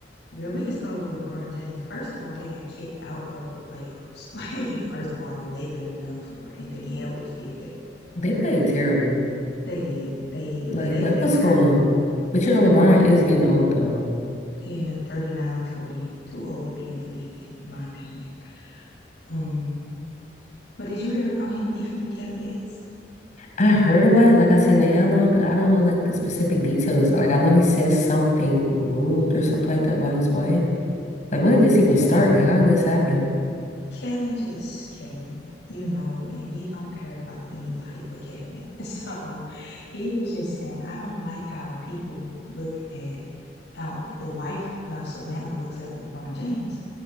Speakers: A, on the left (about 75°); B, on the left (about 40°).
A: Girl, we can start with LeBron James. First of all, they got kicked out of the playoffs. <laughs> Like, first of all, the Lakers are done for. Anthony Edwards did that.
B: They played terrible.
A: They did. They,
B: Like,
A: they they've
B: like
A: been
B: what's
A: terrible.
B: going on? But
A: Uh,
B: you know, LeBron is getting old though.
A: yeah, 39, 40. too old to be in the league, in my opinion. Um, but did you hear about him beefing with Kevin Gates?
B: I heard about it, like I seen the headline, but I don't know like the specific details. Like I know he says something rude or something like that about his wife. Like when did this even start? Like how did this happen?
A: Kevin just Kevin, you know, and he don't care about anybody but Kevin. <laughs> So he was just saying, I don't like how people look at how the wife, how Savannah looks at LeBron James.